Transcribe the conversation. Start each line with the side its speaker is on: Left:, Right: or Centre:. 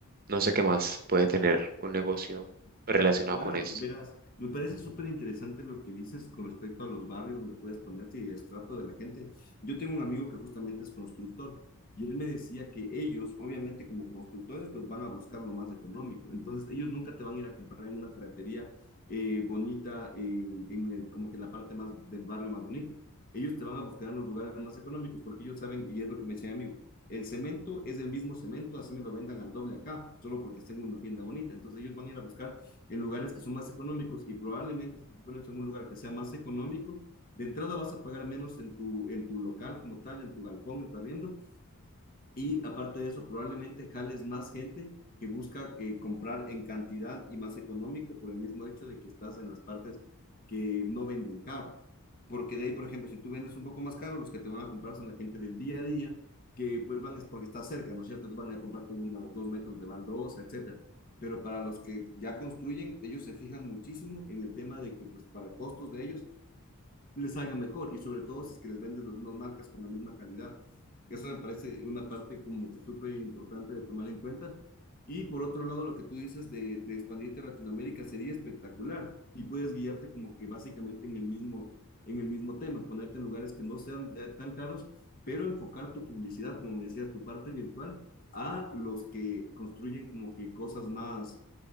Right: No sé qué más puede tener un negocio relacionado
Left: Claro,
Right: con esto.
Left: verás, me parece súper interesante lo que dices con respecto a los barrios donde puedes ponerte y el estrato de la gente. Yo tengo un amigo que justamente es constructor y él me decía que ellos, obviamente como constructores, pues van a buscar lo más económico. Entonces, ellos nunca te van a ir a comprar en una ferretería eh, bonita, en, en el- como que en la parte más del barrio más bonito. Ellos te van a buscar en los lugares más económicos porque ellos saben, y es lo que me decía mi amigo, el cemento es el mismo cemento, así me lo vendan al doble acá, solo porque tengo una tienda bonita. Entonces, ellos van a ir a buscar en lugares que son más económicos y probablemente si te pones en un lugar que sea más económico, de entrada vas a pagar menos en tu, en tu local como tal, en tu galpón, en tu arriendo, y aparte de eso, probablemente jales más gente que busca eh, comprar en cantidad y más económico por el mismo hecho de que estás en las partes que no venden caro. Porque de ahí, por ejemplo, si tú vendes un poco más caro, los que te van a comprar son la gente del día a día, que pues van es porque está cerca, ¿no es cierto? Entonces van a comprarte unos dos metros de baldosa, etcétera. Pero para los que ya construyen, ellos se fijan muchísimo en el tema de que, pues, para costos de ellos, les salga mejor y sobre todo si es que les venden las mismas marcas con la misma calidad. Eso me parece una parte como que súper importante de tomar en cuenta. Y por otro lado, lo que tú dices de, de expandirte a Latinoamérica sería espectacular y puedes guiarte como que básicamente en el mismo, en el mismo tema, ponerte en lugares que no sean de- tan caros, pero enfocar tu publicidad, como me decías, tu parte virtual a los que construyen como que cosas más,